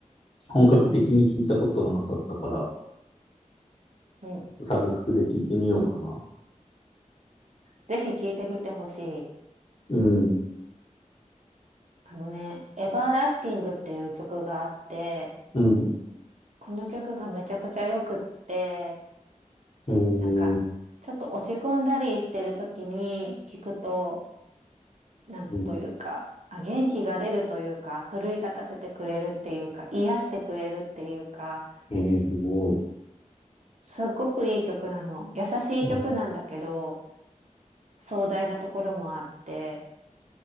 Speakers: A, on the left (about 45°); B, on the right (about 60°).
A: 本格的に聞いたことはなかったから、
B: うん。
A: サブスクで聞いてみようかな。
B: ぜひ聴いてみてほしい。
A: うん。
B: あのね、エバーラスティングっていう曲があって、
A: うん。
B: この曲がめちゃくちゃよくって、
A: えー、
B: なんか、ちょっと落ち込んだりしてる時に聴くと、なんというか、
A: うん。
B: あ、元気が出るというか、奮い立たせてくれるっていうか、癒してくれるっていうか、
A: えー、すごい。
B: すっごくいい曲なの。優しい曲なんだけど、
A: うん。
B: 壮大なところもあって、